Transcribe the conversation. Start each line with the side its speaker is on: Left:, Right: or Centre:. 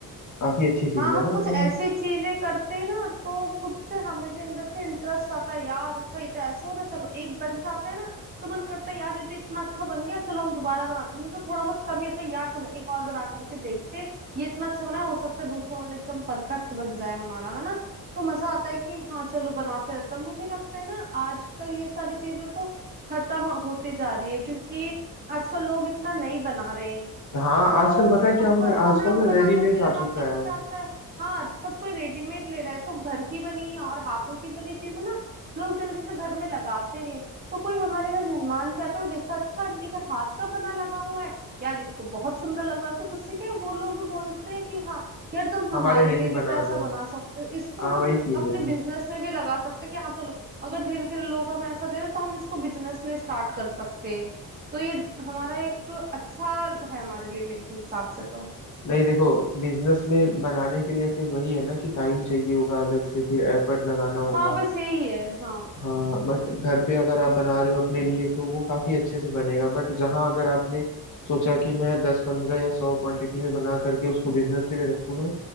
Left: काफी अच्छी चीज
Right: हाँ
Left: है
Right: हम
Left: ना
Right: कुछ
Left: तो
Right: ऐसी चीजें करते हैं ना तो खुद से हमें भी अंदर से इंटरेस्ट आता है यार अच्छा ये तो ऐसा हो रहा है, चलो एक बन जाता है ना तो मन करता है यार ये तो इतना अच्छा बन गया चलो हम दोबारा बनाते हैं नहीं तो थोड़ा बहुत कमी होता है यार चलो एक और बना करके देखते हैं ये इतना अच्छा बना है, हो सकता है दूसरा वाला एकदम परफेक्ट बन जाए हमारा है ना तो मजा आता है कि हाँ चलो बनाते रहते हैं। और मुझे लगता है ना आजकल ये सारी चीजें तो खत्म होती जा रही है क्योंकि आजकल लोग इतना नहीं बना रहे हैं
Left: हाँ
Right: तो
Left: आजकल पता है क्या
Right: अब
Left: हो रहा है
Right: हम
Left: आजकल
Right: लोग
Left: ना
Right: बना
Left: रेडीमेड
Right: करके लगाते
Left: आ चुका
Right: कोई
Left: है
Right: आता है हाँ सब कोई रेडीमेड ले रहा है तो घर की बनी और हाथों की बनी चीजें ना लोग जल्दी से घर में लगाते हैं तो कोई हमारे घर मेहमान भी आता है वो देखता है, अच्छा इनके घर हाथ का बना लगा हुआ है यार ये तो बहुत सुंदर लग रहा है फिर उससे क्या है, वो लोग भी बोलते हैं कि हाँ यार तुम
Left: हमारे
Right: हमारे
Left: लिए
Right: लिए
Left: भी
Right: भी
Left: बना
Right: तो ऐसा
Left: दो
Right: बना सकते हो इसको
Left: हाँ
Right: हम
Left: वही चीज
Right: अपने
Left: है
Right: बिजनेस में भी लगा सकते हैं कि हाँ चलो अगर धीरे धीरे लोग हमें ऐसा दे रहे हैं, तो हम इसको बिजनेस में स्टार्ट कर सकते हैं तो ये हमारा एक तो अच्छा है हमारे लिए मेरे हिसाब से तो
Left: नहीं देखो बिजनेस में बनाने के लिए फिर वही है ना कि टाइम चाहिए होगा अलग से फिर एफर्ट लगाना होगा
Right: हाँ बस यही है हाँ
Left: हाँ बट घर पे अगर आप बना रहे हो अपने लिए तो वो काफी अच्छे से बनेगा बट जहाँ अगर आपने सोचा कि मैं दस पंद्रह या सौ क्वांटिटी में बना करके उसको बिजनेस के लिए रखूँ ना